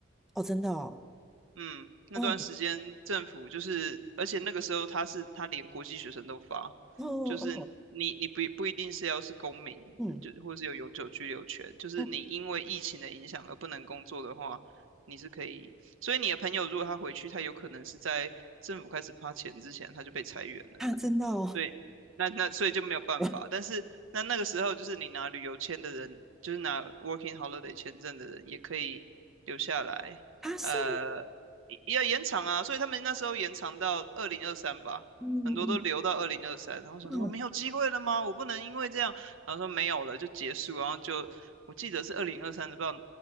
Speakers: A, in the centre; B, on the right.
A: 哦，真的哦，
B: 嗯，那段时间政府就是，
A: 哦
B: 而且那个时候他是他连国际学生都发，
A: 哦哦，
B: 就是你你不不一定是要是公民，
A: 嗯，
B: 就或是有永久居留权，就是你因为疫情的影响而不能工作的话，
A: 哦，
B: 你是可以。所以你的朋友如果他回去，他有可能是在政府开始发钱之前他就被裁员了。
A: 啊，真的哦，
B: 对，那那所以就没有办法。
A: <laughs>
B: 但是那那个时候，就是你拿旅游签的人，就是拿 Working Holiday 签证的人，也可以留下来。
A: 他是，
B: 呃，也也要延长啊，所以他们那时候延长到二零二三吧，
A: 嗯嗯
B: 很多都留到二零二三。然后想说没有机会了吗？
A: 嗯，
B: 我不能因为这样，然后说没有了就结束。然后就我记得是二零二三的，不知道